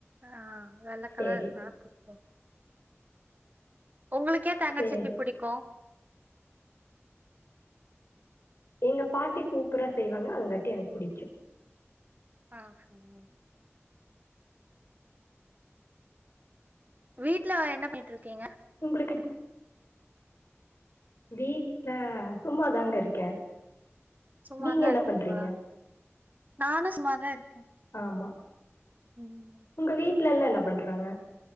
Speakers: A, on the right; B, on the left.
A: ஆ வெல்ல
B: சேரி
A: கலரு இருக்கனால புடிக்காது உங்களுக்கு ஏ தேங்கா
B: சேரி
A: சட்னி புடிக்கு
B: எங்க பாட்டி சூப்பரா செய்வாங்க அதுங்காட்டி எனக்கு புடிக்கு
A: ஆ சரி வீட்ல என்ன பண்ணிட்டு இருக்கீங்க
B: உங்களுக்கு வீட்ல சும்மாதாங்க இருக்கே
A: சும்மாதா
B: நீங்க என்ன
A: இருக்கீங்ளா
B: பண்றீங்க
A: நானு சும்மாதா இருக்கே
B: ஆமா
A: ம்
B: உங்க வீட்டுல எல்லா என்ன பண்றாங்க